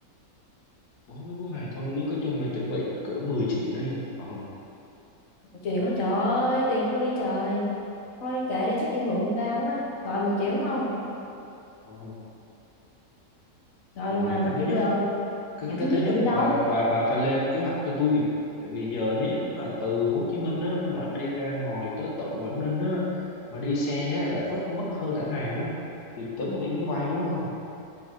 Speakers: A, on the left; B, on the left.
A: bốn đứa bốn ngày thôi nếu có chung là chuẩn bị cỡ 10 triệu đi ờ,
B: một triệu á, trời ơi tiền đâu đi trời thôi kệ đi chắc đi mượn tao quá rồi 10 triệu đúng không
A: ờ.
B: rồi
A: rồi
B: mà, mà
A: cái thứ
B: bây
A: nhất
B: giờ
A: cái
B: ngày thứ
A: cái
B: nhất
A: thứ nhất
B: là đi đâu
A: bà bà bà phải lên kế hoạch cho tôi tại vì giờ nếu mà từ Hồ Chí Minh á, mà đi ra ngoài tới tận Quảng Ninh á, mà đi xe á, là phất mất hơn cả ngày đó thì tính là đi máy bay đúng không